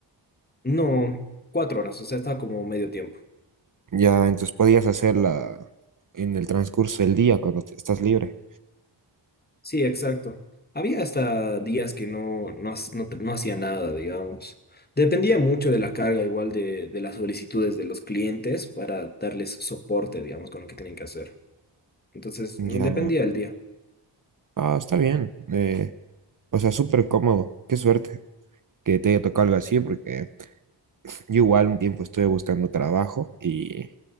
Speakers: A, on the left; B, on the right.
A: No, cuatro horas, o sea, estaba como medio tiempo.
B: ya, entonces podías hacerla en el transcurso del día cuando te- estás libre.
A: Sí, exacto. Había hasta días que no, no, ha- no- no hacía nada, digamos. Dependía mucho de la carga, igual de, de las solicitudes de los clientes para darles soporte, digamos, con lo que tienen que hacer. Entonces,
B: Ya,
A: mm, dependía del día.
B: ah, está bien. eh, o sea, súper cómodo. Qué suerte que te haya tocado algo así, porque yo igual un tiempo estuve buscando trabajo y,